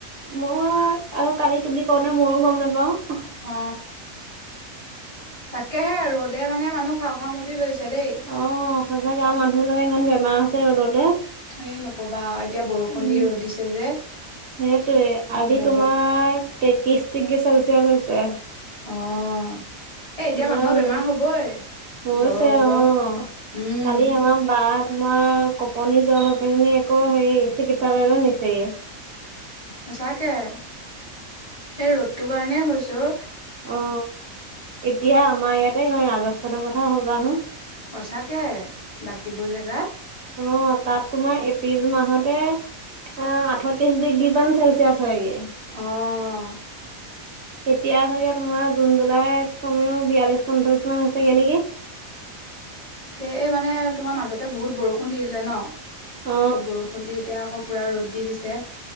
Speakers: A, on the right; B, on the left.
A: মই আৰু কালি তুমি কওঁ ন মইও গম নাপাওঁ।
B: অ তাকেহে ৰ'দে মানে মানুহ খাওঁ খাাওঁ মূৰ্তি ধৰিছে দেই।
A: অ', সঁচাকে আও মানুহ বিলাকৰ ইমান বেমাৰ হৈছে ৰ'দতে।
B: এ নকবা আও এতিয়া বৰষুণ
A: উম,
B: দি ৰ'দ দিছে যে।
A: সেইটোৱে আজি
B: বহুত
A: তোমাৰ তেত্ৰিশ ডিগ্ৰী চেলচিয়াছ হৈছে।
B: অহ্ এ এতিয়া
A: ইমান
B: মানুহৰ বেমাৰ
A: ৰ'দ
B: হবই,
A: হৈছে
B: জ্বৰ হব,
A: অ'।
B: উম্।
A: কালি আমাৰ বা তোমাৰ কপনি জ্বৰ হৈ পিনে নি আকৌ হেৰি চিকিৎসালয়লৈ নিছে ইয়ে।
B: সঁচাকৈ, এই ৰ'দটোৰ কাৰণে হৈছোঁ।
A: অ এতিয়া আমাৰ ইয়াতে ইমান ৰাজস্থানৰ কথা ভবাহো।
B: সচাকে বাকীবোৰ জেগাত,
A: অ তাত তোমাৰ এপ্ৰিল মাহতে, অ আঠত্ৰিশ ডিগ্ৰী মান চেলচিয়াছ হয়গে।
B: অহ্।
A: এতিয়া চাগে তোমাৰ জুন জুলাইত কমেও বিয়াল্লিশ পঞ্চলিশ মান হৈছেগে নেকি?
B: তাকে এই মানে তোমাৰ মাজতে বহুত বৰষুণ দি দিলে ন,
A: অ
B: আকৌ বৰষুণ দি এতিয়া আকৌ পুৰা ৰ'দ দি দিছে।